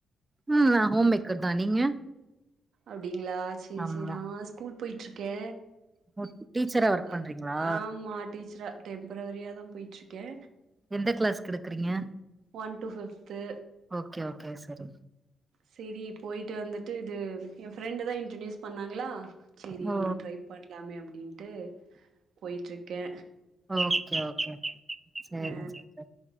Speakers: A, on the right (about 20°); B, on the right (about 75°).
A: ம் நா ஹோம் மேக்கர் தா நீங்க
B: அப்டிங்களா சேர்
A: ஆமா
B: சேரி நா ஸ்கூல் போய்ட்டுருக்கே
A: ஓ டீச்சரா ஒர்க்
B: அ
A: பண்றீங்களா
B: ஆமா டீச்சரா டெம்பரவரியாதா போயிட்டுருக்கே
A: எந்த க்ளாஸ்க்கு எடுக்குறீங்க
B: one to fifth
A: okay okay சரி
B: செரி போயிட்டு வந்துட்டு இது ஏ ஃப்ரெண்டு தா இன்ட்ரடியூஸ் பண்ணாங்களா செரி
A: ஓ
B: ட்ரை பண்லாமே அப்டின்ட்டு போயிட்ருக்கே
A: ஓக்கே ஓகே செரிங்க
B: ஆ
A: சார்